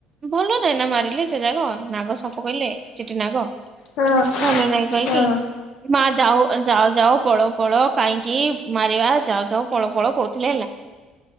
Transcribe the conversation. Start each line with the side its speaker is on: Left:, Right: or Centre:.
Right: ଭଲ ନାହିଁ ନା ମାରିଲେ ସେ ଜାଗ ନାଗ ସାପ କହିଲେ ଚିଠି ନାଗ।
Left: ହଁ <unintelligible>
Right: ଭଲ ନାହିଁ କହିକି
Left: ହଁ
Right: ମା ଯାଉ ଯାଅ -ଯାଅ ପଳାଅ -ପଳାଅ କାହିଁକି ମାରିବା ଯାଅ -ଯାଅ ପଳାଅ -ପଳାଅ କହୁଥିଲେ ହେଲା।